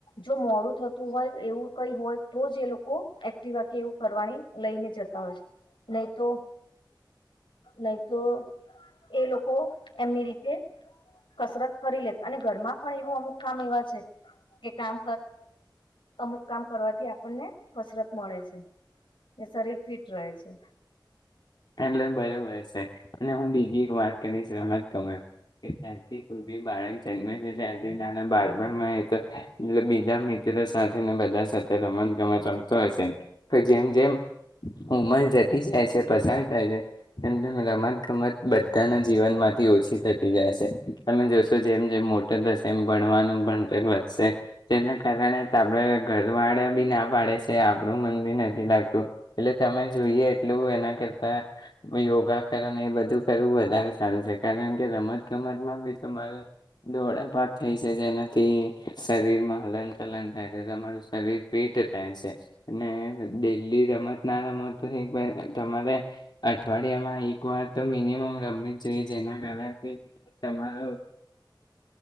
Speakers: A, on the left; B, on the left.
A: જો મોડું થતું હોય એવું કઈ હોય તો જ એ લોકો એક્ટિવા વા કી એવું કરવાની લઈને જતા હોય છે નહી તો નહી તો એ લોકો એમની રીતે કસરત કરી લે અને ઘરમાં પણ એવું અમુક કામ એવા છે એ કામ અમુક કામ કરવા થી આપણને કસરત મળે છે ને શરીર ફિટ રહે છે
B: એનલાઈન <unintelligible> હોય છે અને હું બીજી એક વાત કરીશ રમત ગમત કે તારથી કોઈ બી બાળક જન્મે છે તારથી નાના બાળપણમાં તો બીજા મિત્ર સાથેને બધા સાથે રમત ગમત રમતો હશે કે જેમ જેમ ઉમર જતી જાય છે પછડ મ રમત ગમત બધાના જીવન માંથી ઓછી થતી જાય છે, તમે જોશો જેમ જેમ મોટો થશે એમ ભણવાનું ભણતર વધશે તેના કારણે આપણે ઘર વાળા બી ના પાડે છે, આપણું મન બી નથી લાગતું એટલે તમે જોઈએ એટલું એના કરતા યોગા કરે ને એ બધું કરવું વધારે સારું છે, કારણ કે રમત ગમતમાં બી તમારે દોડાપાક થાય છે જેનાથી શરીરમાં હલન ચલન થાય છે તમારું શરીર ફિટ રહે છે અને ડેલી રમત ના રમત તમારે અઠવાડિયામાં એક વાર તો મિનિમમ રમવું જ જોઈએ જેના કારણે તમારું